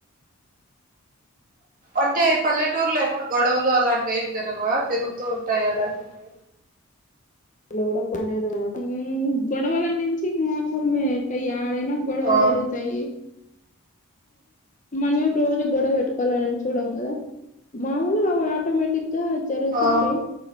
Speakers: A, on the right (about 40°); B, on the left (about 35°).
A: అంటే పల్లెటూర్లో ఏమన్నా గొడవలు అలాంటివి ఏం జరగవా తిరుగుతూ ఉంటాయా లేకపోతే
B: ఎడ పనే చూడు గొడవలనుంచి మామూలే ఇంగ యా డైనా గొడవలు
A: ఆ
B: జరుగుతాయి మనమేం రోజూ గొడవ పెట్టుకోలని చూడం కదా మామూలుగా ఆటోమేటిక్ గా జరుగుతాంటాయి
A: ఆ